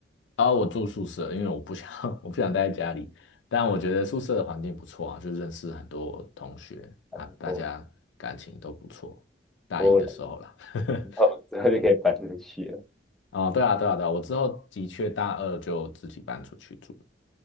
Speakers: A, on the left (about 75°); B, in the centre.
A: 啊、我住宿舍，因为我不想 <laughs> 我不想待在家里。但我觉得宿舍的环境不错啊，就认识很多同学啊，
B: 还不错，
A: 大家感情都不错。大一的时候啦。
B: 我觉得
A: <laughs>
B: 我之后就可以搬出去了。
A: 哦，对啊，对啊，对啊，我之后的确大二就自己搬出去住。